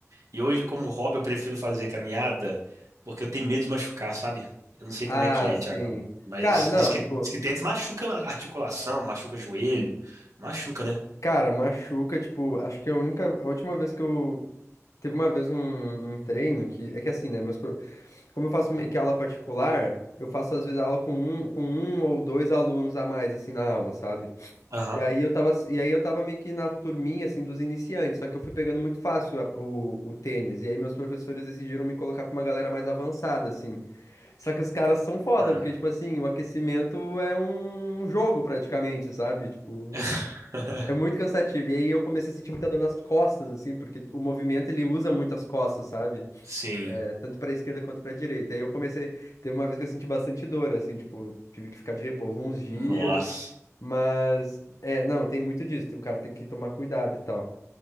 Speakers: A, on the right; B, on the left.
A: E hoje, como hobby, eu prefiro fazer caminhada porque eu tenho medo de machucar, sabe? Eu não sei
B: Ah,
A: como é que é aí,
B: sim.
A: Thiagão. Mas
B: Cara, não,
A: diz que,
B: tipo,
A: diz que tênis machuca a articulação, machuca joelho. Machuca, né?
B: Cara, machuca, tipo, acho que é a única, a última vez que eu teve uma vez um, um treino que é que assim, né, meus, pro- como eu faço meio que aula particular, eu faço às vezes aula com um, com um ou dois alunos a mais assim na aula, sabe?
A: Aham.
B: E aí eu tava, e aí eu tava meio que na turminha assim dos iniciantes, só que eu fui pegando muito fácil a- o, o tênis, e aí meus professores decidiram me colocar com uma galera mais avançada assim. Só que os caras são foda,
A: Ah.
B: porque tipo assim, o aquecimento é um jogo praticamente, sabe? Tipo,
A: <laughs>
B: é muito cansativo. E aí eu comecei a sentir muita dor nas costas, assim, porque o movimento ele usa muito as costas, sabe?
A: Sim.
B: É, tanto pra esquerda quanto pra direita. Aí eu comecei. Teve uma vez que eu senti bastante dor, assim, tipo, tive que ficar de repouso uns dias.
A: Nossa.
B: Mas, é, não, tem muito disso. O cara tem que tomar cuidado e tal.